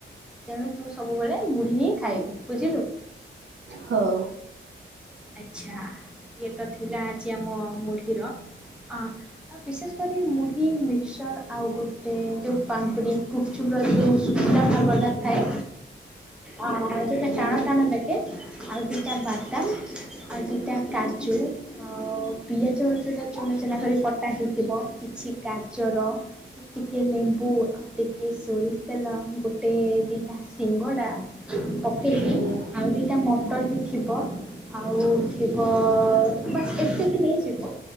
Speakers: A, in the centre; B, on the right.
A: ତେଣୁ ତୁ ସବୁବେଳେ ମୁଢ଼ି ହିଁ ଖାଇବୁ ବୁଝିଲୁ।
B: ହଉ।
A: ଆଚ୍ଛା ଇଏ ତ ଥିଲା ଆଜି ଆମ ମୁଢ଼ିର ଅ ଆଉ ବିଶେଷ କରି ମୁଢ଼ି ମିକ୍ସର ଆଉ ଗୋଟେ ଯୋଉ ପାମ୍ପଡି ଗୁପଚୁପ୍ ର ଯୋଉ ଶୁଖିଲା ଭାଗଟା ଥାଏ ଆ ଆ ଯୋଉଟା
B: ହୁଁ
A: ଟାଣ ଟାଣ ଲାଗେ ଆଉ ଦିଟା ବାଦାମ ଆଉ ଦି ଟା କାଜୁ ଆଉ ପିଆଜ ଯୋଉଟା ଚୁନା ଚୁନା କରି କଟା ହେଇଥିବ କିଛି ଗାଜର ଟିକେ ଲେମ୍ବୁ ଆଉ ଟିକେ ସୋରିଷ ତେଲ ଗୋଟେ ଦିଇଟା ସିଙ୍ଗଡ଼ା ପକେଇବି
B: ହୁଁ
A: ଆଉ ଦିଟା ମଟର ବି ଥିବ ଆଉ ଥିବ ବାସ୍ ଏତିକି ନେଇଯିବୁ